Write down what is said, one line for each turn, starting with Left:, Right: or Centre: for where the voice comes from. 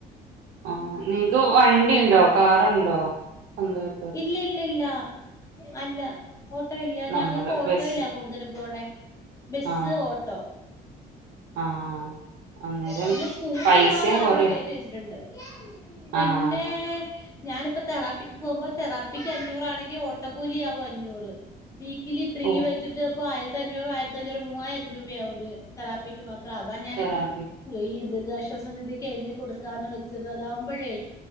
Right: ആഹ്
Left: ഉം
Right: നിൻക്ക് വണ്ടിണ്ടോ
Left: പിന്നെ
Right: കാറുണ്ടോ സ്വന്തമായി
Left: ഇല്ലല്ലല്ല അല്ല ഓട്ടോ ഇല്ല
Right: നമ്മള്
Left: ഞങ്ങൾക്ക് ഓട്ടോയില
Right: ബസ്സിൽ.
Left: കൊടു ടുതൽ പോണേ ബസ്സ്
Right: ആ.
Left: ഓട്ടോ
Right: ആ. അന്നേരം
Left: പിന്നെ സ്കൂട്ടിയൊള്ളതാ
Right: പൈസയും കൊറയും
Left: ഇവിടെ കേ റ്റി വെച്ചിട്ടുണ്ട് പിന്നെ
Right: ആഹ്
Left: ഞാനിപ്പ തെറാപ്പിക്ക് പോകുമ്പോ തെറാപ്പിക്ക് അഞ്ഞൂറാണെങ്കിൽ ഓട്ടോക്കൂലി ആകും അഞ്ഞൂറ് വീക്കിലി ത്രീ
Right: ഓ
Left: വെച്ചിട്ട് അപ്പോ ആയിരത്തഞ്ഞൂറും ആയിരത്തഞ്ഞൂറും മൂവായിരം രൂപയാവും ഒരു തെറാപ്പിക്ക് മാത് ത്രം അതാ ഞാനിപ്പം
Right: തെറാപ്പി
Left: ഈ ദുരിതാശ്വാസ നിധിക്ക് എഴുതി കൊടുക്കാന്ന് വെച്ചത് അതാവുമ്പഴേ